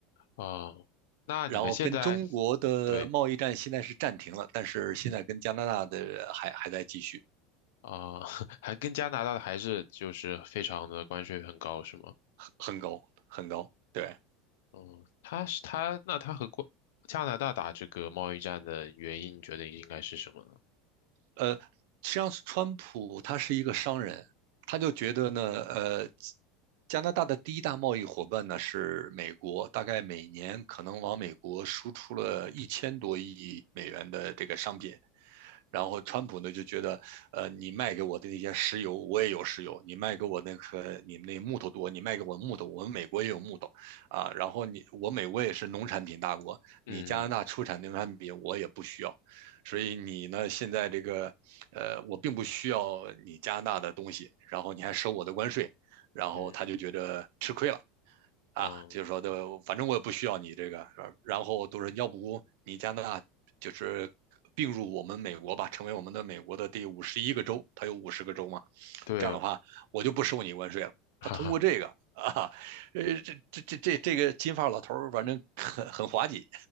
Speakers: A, on the left (about 80°); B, on the right (about 70°).
A: 啊。那你们现在
B: 然后跟中国的贸易战现在是暂停了，
A: 对
B: 但是现在跟加拿大的还还在继续，
A: 啊，<laughs> 还跟加拿大的还是就是非常的关税很高是吗？
B: 很很高很高，对。
A: 哦，他是他，那他和过加拿大打这个贸易战的原因，你觉得应该是什么呢？
B: 呃，实际上川普他是一个商人，他就觉得呢，呃，加拿大的第一大贸易伙伴呢是美国，大概每年可能往美国输出了一千多亿美元的这个商品，然后川普呢就觉得，呃，你卖给我的那些石油，我也有石油；你卖给我那个你们那木头多，你卖给我木头，我们美国也有木头啊。然后你我美国也是农产品大国，
A: 嗯
B: 你加拿大出产农产品我也不需要，所以你呢现在这个，呃，我并不需要你加拿大的东西，然后你还收我的关税，然后他就觉得吃亏了。
A: 嗯
B: 啊，
A: 嗯，
B: 就是说的，反正我也不需要你这个，是吧然后都是要不你加拿大就是并入我们美国吧，成为我们的美国的第五十一个州，它有五十个州嘛，
A: 对，
B: 这样的话我就不收你关税了。
A: 哈哈，
B: 他通过这个啊，呃，这这这这这个金发老头儿反正很很滑稽